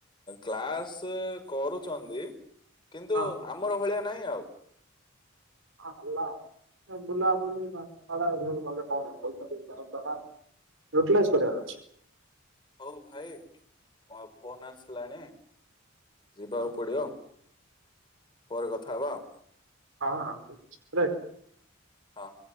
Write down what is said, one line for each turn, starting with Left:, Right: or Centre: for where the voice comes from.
Left: କ୍ଲାସେ କରୁଚନ୍ତି। କିନ୍ତୁ
Right: ହଁ
Left: ଆମର ଭଳିଆ ନାହିଁ ଆଉ।
Right: ହଁ ହେଲା ଆଉ ବୁଲାବୁଲି ବାଦସାଳାଏରିଏଲ କଲେ କଣ ହେବ। ପଇସା ଦେଇ କିଣୁଚନା। ୟୁଟିଲାଇଜ୍ କରିବାର ଅଛି।
Left: ହଉ ଭାଇ ମୋ ଫୋନ ଆସିଲାଣି। ଯିବାକୁ
Right: ହଁ
Left: ପଡିବ। ପରେ କଥା ହେବା ଆଉ।
Right: ହଁ ହଁ ବ୍ରେକ।
Left: ହଁ।